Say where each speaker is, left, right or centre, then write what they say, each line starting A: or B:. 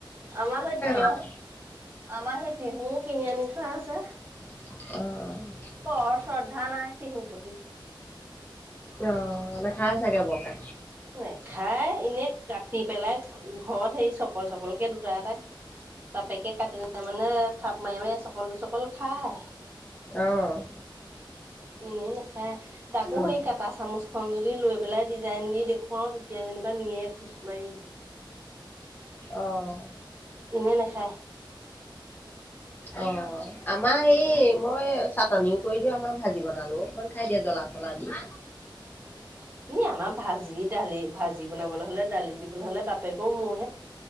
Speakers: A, on the right (about 25°); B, on the left (about 20°).
A: আমাৰহে তিয়ঁহ
B: আৰু
A: আমাৰ সেই তিহুও কিনি আনি থোৱা আছে।
B: অ'।
A: বৰ শ্ৰদ্ধা নাই টিহুৰ প্ৰতি
B: অ, নেখাই চাগে বৰকে।
A: নেখায়, এনে কাটি পেলাই ঘৰত, সেই চকল, চকলকে দুটা-এটা বাপেকে কাটি, মানে থাপ মাৰি মাৰি, এচকল-দুচকল খায়।
B: অ',
A: এনেই নাখায়। তাকো
B: অ',
A: সেই কাঁটা-চামুচখন যদি লৈ পেলাই ডিজাইন দি দেখুৱাও তেতিয়া যেনিবা নিয়ে খোজ মাৰি <unintelligible>
B: অ'।
A: দিলে নাখায়।
B: অ', আমাৰ হে, মই চাটনিও কৰি দিওঁ, আমাৰ ভাজি বনালেও, অকণমান খাই দিয়া, জ্বলা। মছলা দি
A: উম, আমাৰ ভাজি-দালি ভাজি বনাবলৈ হ'লে, দালি দিবলৈ হ'লে, বাপেকেও মূৰ